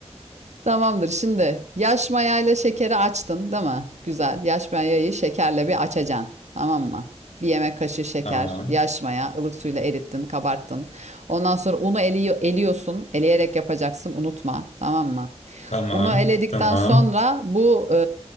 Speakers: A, on the right (about 80°); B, on the left (about 75°).
A: Tamamdır. Şimdi yaş mayayla şekeri açtın, değil mi? Güzel. Yaş mayayı şekerle bir açacaksın. Tamam mı? Bir yemek kaşığı şeker,
B: Tamam.
A: yaş maya, ılık suyla erittin, kabarttın. Ondan sonra unu eliyo- eliyorsun. Eleyerek yapacaksın, unutma. Tamam mı?
B: Tamam.
A: Unu eledikten
B: Tamam.
A: sonra bu e,